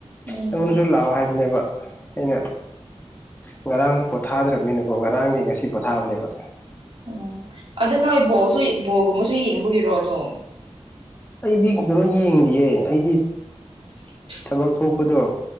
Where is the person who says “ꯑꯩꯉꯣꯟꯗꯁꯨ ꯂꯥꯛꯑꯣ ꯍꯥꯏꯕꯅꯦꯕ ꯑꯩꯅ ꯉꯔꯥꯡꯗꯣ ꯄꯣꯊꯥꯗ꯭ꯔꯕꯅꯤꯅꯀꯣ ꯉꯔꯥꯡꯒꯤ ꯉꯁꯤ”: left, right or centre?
Left